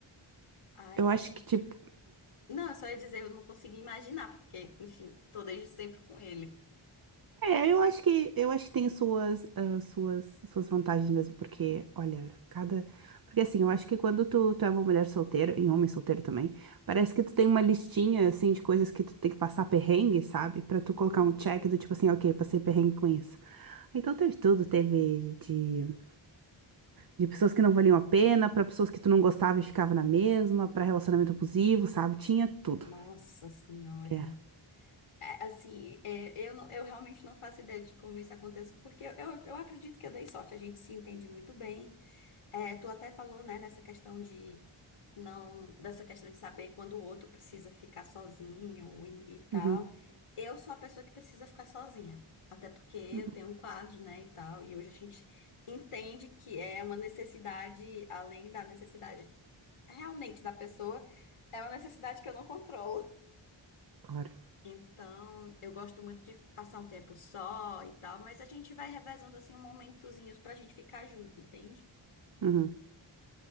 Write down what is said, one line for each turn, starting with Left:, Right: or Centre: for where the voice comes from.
Left: Ai,
Right: Eu acho
Left: eu não.
Right: que tipo.
Left: Não, eu só ia dizer, eu não consegui imaginar, porque, enfim, tô desde sempre com ele.
Right: É, eu acho que eu acho que tem suas, ah, suas, suas vantagens mesmo, porque, olha, cada. Porque assim, eu acho que quando tu, tu é uma mulher solteira, e um homem solteiro também, parece que tu tem uma listinha assim de coisas que tu tem que passar perrengue, sabe? Pra tu colocar
Left: Uhum.
Right: um check do tipo assim, ok, passei perrengue com isso. Então teve tudo, teve de, de pessoas que não valiam a pena, pra pessoas que tu não gostava e ficava na mesma, pra relacionamento abusivo, sabe? Tinha tudo.
Left: Nossa Senhora.
Right: É.
Left: É, Assim, é, eu, não- eu realmente não faço ideia de como isso aconteceu, porque eu, eu, acredito que eu dei sorte, a gente se entende muito bem. É, tu até falou, né, nessa questão de não, dessa questão de saber quando o outro precisa ficar sozinho e, e tal.
Right: Uhum.
Left: Eu sou a pessoa que precisa ficar sozinha, até porque eu
Right: Uhum.
Left: tenho um quadro, né, e tal, e hoje a gente entende que é uma necessidade, além da necessidade realmente da pessoa, é uma necessidade que eu não controlo.
Right: Claro.
Left: Então, eu gosto muito de passar um tempo só e tal, mas a gente vai revezando assim um momentozinhos pra gente ficar junto, entende?
Right: Uhum.